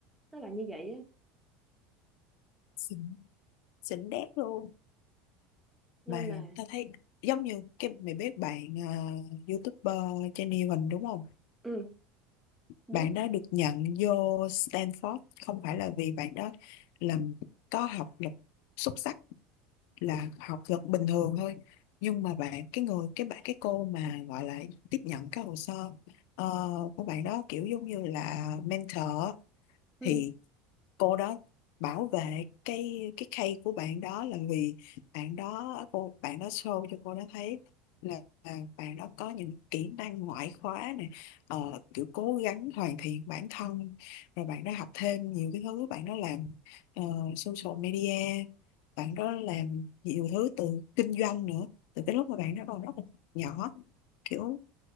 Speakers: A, in the centre; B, on the left.
A: nó là như vậy á
B: xịn xịn đét luôn
A: nên
B: mà
A: là
B: tao thấy giống như cái mày biết bạn uh, YouTuber Jenny Huỳnh đúng không
A: ừ biết
B: bạn đó được nhận vô Stanford không phải là vì bạn đó làm có học lực xuất sắc là học lực bình thường thôi nhưng mà bạn cái người cái bạn cái cô mà gọi là tiếp nhận cái hồ sơ ờ, của bạn đó kiểu giống như là mentor á,
A: ừ
B: thì cô đó bảo vệ cái cái case của bạn đó là vì bạn đó cô bạn đó show cho cô đó thấy là, là bạn đó có những kỹ năng ngoại khóa này ờ, kiểu cố gắng hoàn thiện bản thân rồi bạn đó học thêm nhiều cái thứ bạn đó làm ờ, social media bạn đó làm nhiều thứ từ kinh doanh nữa từ cái lúc mà bạn đó còn rất là nhỏ kiểu